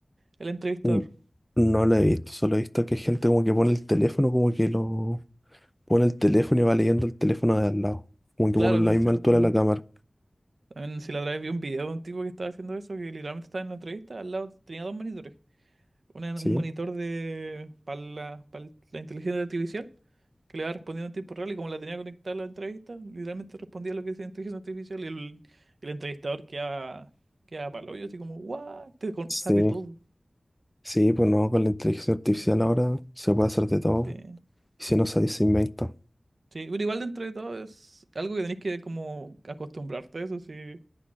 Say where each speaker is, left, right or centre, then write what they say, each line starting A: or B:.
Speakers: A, on the right (about 75°); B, in the centre.
A: el entrevistador.
B: Mm, No lo he visto, solo he visto que hay gente como que pone el teléfono, como que lo pone el teléfono y va leyendo el teléfono de al lado. Como que
A: Claro,
B: pone
A: ¿no?
B: la misma
A: Sí, pues
B: altura
A: también.
B: de la cámara.
A: También si la otra vez vi un video de un tipo que estaba haciendo eso, que literalmente estaba en la entrevista, al lado tenía dos monitores. Una-
B: ¿Sí?
A: un monitor de para la, para la inteligencia artificial que le va respondiendo en tiempo real y como la tenía conectada a la entrevista, literalmente respondía lo que decía la inteligencia artificial y el, el entrevistador quedaba, quedaba para el hoyo, así como, ¡guau! Te con-
B: Sí,
A: sabe todo.
B: sí, pues no, con la inteligencia artificial ahora se puede hacer de todo.
A: Sí.
B: Y si no sabéis, se inventa.
A: Sí, pero igual dentro de todo es algo que tenés que como acostumbrarte a eso, sí.